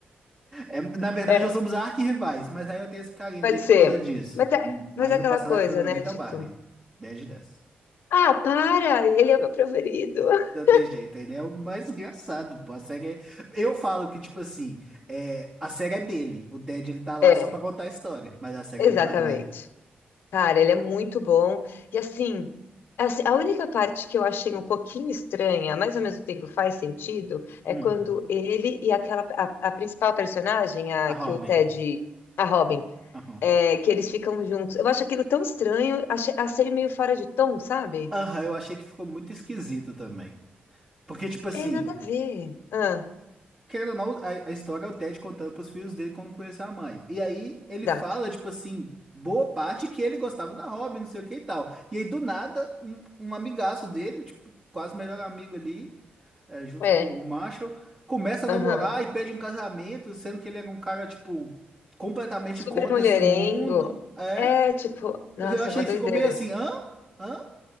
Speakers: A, on the right; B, on the left.
A: É, na verdade,
B: É,
A: nós somos arquirrivais, mas aí eu tenho esse carinho
B: pode
A: dele
B: ser.
A: por causa disso.
B: Mas é,
A: Hum, Mas
B: mas é
A: meu
B: aquela
A: personagem
B: coisa,
A: favorito
B: né? Tipo,
A: é o Barney. dez de dez
B: ah, para, ele é o meu preferido. <laughs>
A: Não tem jeito, ele é o mais engraçado, pô. A série é... Eu falo que, tipo assim, é... a série é dele. O Ted, ele tá lá
B: É,
A: só pra contar a história. Mas a série
B: exatamente.
A: é do Barney.
B: Cara, ele é muito bom. E assim, assim, a única parte que eu achei um pouquinho estranha, mas ao mesmo tempo faz sentido, é
A: Hum.
B: quando ele e aquela a, a principal personagem, a
A: A
B: que
A: Robin.
B: o Ted, a Robin,
A: Aham.
B: é, que eles ficam juntos. Eu acho aquilo tão estranho, achei, achei meio fora de tom, sabe?
A: Aham, eu achei que ficou muito esquisito também. Porque, tipo assim,
B: É nada a ver. Ah,
A: querendo ou não, a, a história é o Ted contando pros filhos dele como conheceu a mãe. E aí, ele
B: exato.
A: fala, tipo assim, boa parte que ele gostava da Robin, não sei o que e tal. E aí, do nada, um, um amigaço dele, tipo, quase melhor amigo ali é, junto
B: É.
A: com o Marshall, começa a
B: Aham.
A: namorar e pede em casamento, sendo que ele era um cara, tipo, completamente
B: Super
A: contra
B: mulherengo.
A: esse mundo. É.
B: É tipo, nossa,
A: Eu achei
B: é uma doideira.
A: que ficou meio assim, hã? Hã?